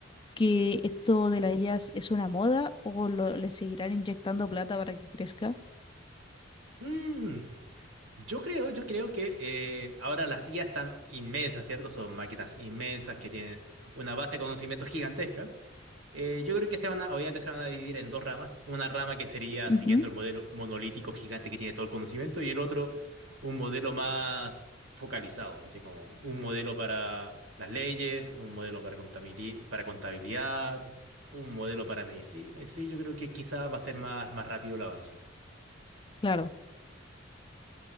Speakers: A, on the left; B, on the right.
A: que esto de la IA es es una moda o lo- le seguirán inyectando plata para que crezca?
B: Mm. Yo creo, yo creo que eh, ahora las IA están inmensas, ¿cierto? Son máquinas inmensas que tienen una base de conocimiento gigantesca. Eh, yo creo que se van a, obviamente se van a dividir en dos ramas. Una rama que sería
A: Ujú,
B: siguiendo el modelo monolítico gigante que tiene todo el conocimiento y el otro un modelo más focalizado, así como un modelo para las leyes, un modelo para contabili- para contabilidad, un modelo para medicina. Sí, yo creo que quizá va a ser más, más rápido el avance.
A: Claro.